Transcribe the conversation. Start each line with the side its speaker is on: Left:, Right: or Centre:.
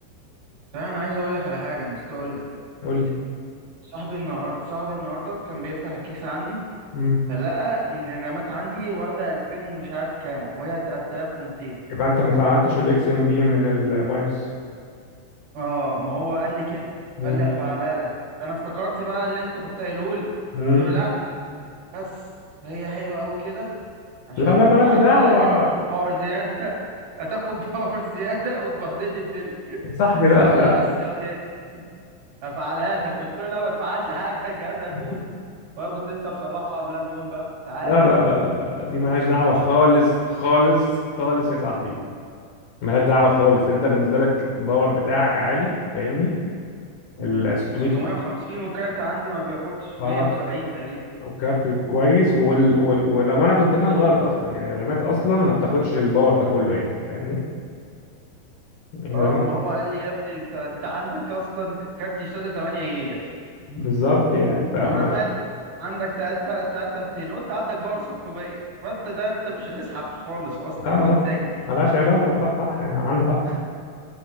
Right: صحيح انا عايز اقول لك على حاجه انا نسيت اقول لك
Left: قول لي
Right: صاحبي النهار... صاحبي النهارده كان بيفتح الكيس عندي
Left: مم.
Right: فلقى ان الرامات عندي واخده 2000 ومش عارف كام وهي 3200
Left: يبقى أنت ما فعلتش الإكس إم بي من البايوس
Right: اه ما هو قال لي كده
Left: مم.
Right: قال لي هفعلها لك انا افتكرت بقى اللي انت كنت قايله لي قلت
Left: مم.
Right: له لا بس هي حلوه قوي كده عشان
Left: لا لا
Right: لو
Left: مالكش
Right: فعلتها
Left: دعوة
Right: لي هتاخد باور زيادة <laughs> هتاخد باور زيادة وتبهدل لي الدنيا
Left: يا صاحبي لا
Right: فقال لي بس يا تاني هفعلها لك <laughs> قلت له لا ما تفعلش حاجة <laughs> الجهاز هيبوظ
Left: لا
Right: وانا كنت لسه مصلحه قبلها بيوم بقى انت عارف
Left: لا لا لا لا لا لا، دي ملهاش دعوة خالص خالص خالص يا صاحبي ملهاش دعوة خالص انت بالنسبة لك الباور بتاعك عالي فاهمني
Right: مم.
Left: ال 600
Right: 650 والكارت عندي ما بياخدش
Left: اه
Right: 170 تقريبا
Left: وكارت كويس وال... وال... وال... وانا كنت فاهم غلط اصلا يعني الرامات اصلا ما بتاخدش الباور ده كله يعني فاهمني يعني
Right: اه
Left: الرامات
Right: ما هو قال لي يا ابني انت انت عندك اصلا كارت الشاشة 8 جيجا
Left: بالظبط يعني فما
Right: والرامات عندك 3 3 200 وانت عندك باور 600 فانت ده انت مش هتسحب خالص اصلا
Left: لا ملا-
Right: اقعد ساكت
Left: ملهاش علاقة صح صح، يعني عنده حق